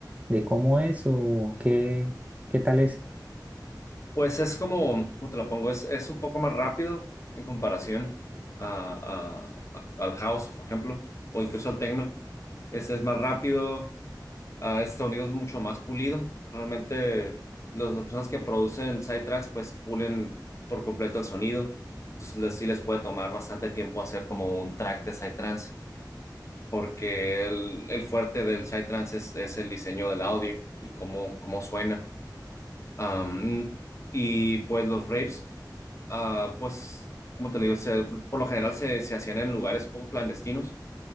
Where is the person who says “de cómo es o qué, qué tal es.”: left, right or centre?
Right